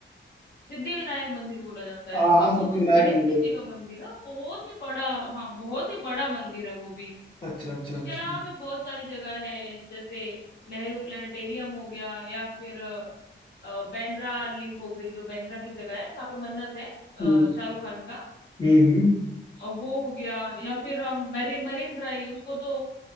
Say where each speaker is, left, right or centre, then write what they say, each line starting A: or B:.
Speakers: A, on the left; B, on the left.
A: सिद्धिविनायक मंदिर बोला जाता है
B: हाँ
A: वहां
B: हाँ
A: पे
B: सिद्धिविनायक
A: उस गणेश
B: मंदिर
A: जी का मंदिर है बहुत ही बड़ा हाँ बहुत ही बड़ा मंदिर है वो भी
B: अच्छा अच्छा
A: उसके
B: अच्छा
A: अलावा भी बहुत सारी जगह है जैसे नेहरू प्लानिटेरियम हो गया या फिर अ, बांद्रा लिंक हो गई जो बांद्रा की जगह है जहाँ पे मन्नत है अ,
B: हम्म
A: शाहरुख खान का
B: हम्म हम्म।
A: और वो हो गया या फिर हम मरी, मरीन ड्राइव उसको तो